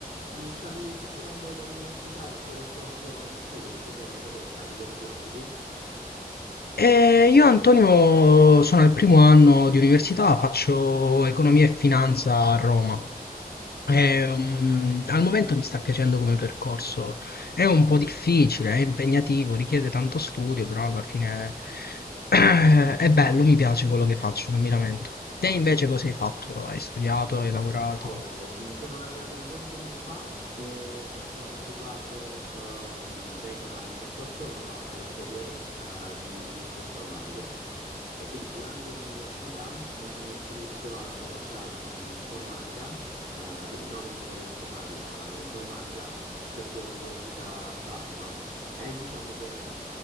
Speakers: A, on the right; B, on the left.
A: Ah, Mi stavi dicendo dell'università, del tuo percorso di studi, cose, cose che fai, di cosa ti occupi?
B: Eh, io Antonio sono al primo anno di università, faccio economia e finanza a Roma. Eh, mm, al momento mi sta piacendo come percorso. È un po' difficile, è impegnativo, richiede tanto studio, però alla fine <clears throat> è bello, mi piace quello che faccio, non mi lamento. Te invece cosa hai fatto? Hai studiato, hai lavorato?
A: Io mi sono laureato un po' di tempo fa e mi sono occupato, ehm, vengo da un percorso alle superiori, eh, di indirizzo informatico e quindi durante l'università mi sono iscritto alla facoltà di informatica, eh, quindi non ingegneria informatica ma informatica presso l'Università di Parma. E diciamo che, mh,